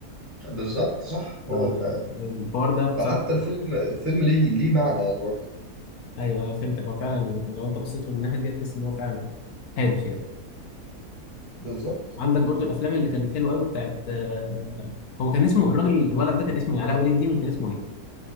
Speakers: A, on the left (about 25°); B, on the left (about 80°).
A: بالظبط صح هو
B: ف-
A: ف...
B: الحوار ده بصراحة
A: فحتى الفيلم الفيلم ليه ليه معنى يعني برضه
B: ايوه ايوه فهمتك هو فعلا لو انت بصيت له من الناحية دي هتحس ان هو فعلا هادف يعني
A: بالظبط
B: عندك برضو الافلام اللي كانت حلوة قوي بتاعت آه، هو كان اسمه الراجل الولد ده كان اسمه إيه؟ علاء ولي الدين ولا كان اسمه ايه